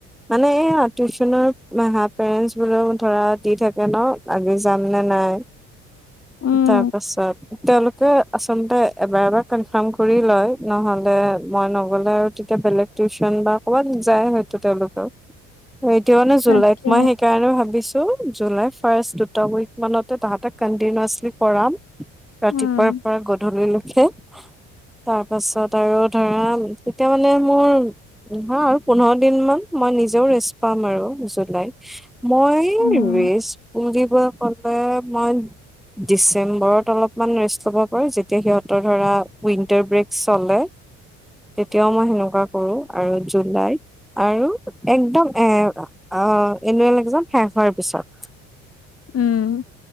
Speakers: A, in the centre; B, on the left (about 45°).
A: মানে এই টিউচনৰ হা পেৰেন্টচ বোলেও ধৰা দি থাকে ন আজি যাম নে নাই
B: উম,
A: তাৰ পাছত তেওঁলোকে আচলতে এবাৰ এবাৰ কনফাৰ্ম কৰি লয় নহলে মই নগলে আৰু তেতিয়া বেলেগ টিউচন বা ক'ৰবাত যাই হয়তো তেওঁলোকৰ এতিয়া মানে জুলাইত
B: তাকে
A: মই সেইকাৰণে ভাবিছোঁ, জুলাই ফাৰ্ষ্ট দুটা উইক মানতে তাহাঁতেক কন্টিনাচলি কৰাম ৰাতিপুৱাৰ
B: উম,
A: পৰা গধূলি লৈকে তাৰ পাছত আৰু ধৰা তেতিয়া মানে মোৰ হা পোন্ধৰ দিন মান মই নিজেও ৰেষ্ট পাম আৰু জুলাই মই
B: উম,
A: ভেজ পুৰিব গলে মই <unintelligible> ডিচেম্বৰত অলপমান ৰেষ্ট ল'ব পাৰি যেতিয়া সিহঁতৰ ধৰা উইণ্টাৰ ব্ৰেক চলে তেতিয়াও মই সেনেকুৱা কৰো আৰু জুলাইত আৰু একদম এ আহ এনেৱেলএকজাম শেষ হোৱাৰ পিছত
B: উম